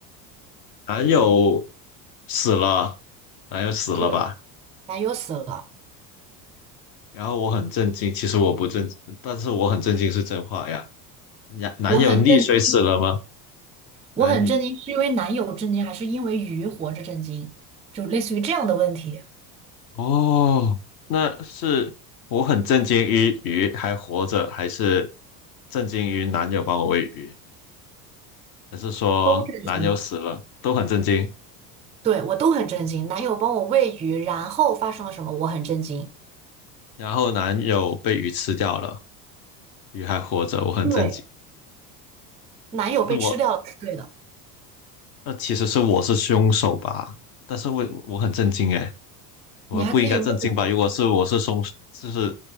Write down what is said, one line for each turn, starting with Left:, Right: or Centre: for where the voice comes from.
Left: 男友死了，男友死了吧？
Right: 对，男友死了，
Left: 然后我很震惊，其实我不震，但是我很震惊是真话呀。男男友溺水死了吗？
Right: 我很震惊，我很震惊，
Left: 男女，
Right: 是因为男友震惊，还是因为鱼活着震惊？就类似于这样的问题，
Left: 哦，那是我很震惊于鱼还活着，还是震惊于男友帮我喂鱼，还是说男友死了都很震惊，
Right: 都震惊。对，我都很震惊。男友帮我喂鱼，然后发生了什么？我很震惊。
Left: 然后男友被鱼吃掉了，鱼还活着，我很震惊。
Right: 对，男友被吃掉了是对的，
Left: 是我那其实是我是凶手吧？但是我我很震惊诶，我不应该震惊吧？
Right: 你还可以问我，
Left: 如果是我是凶，就是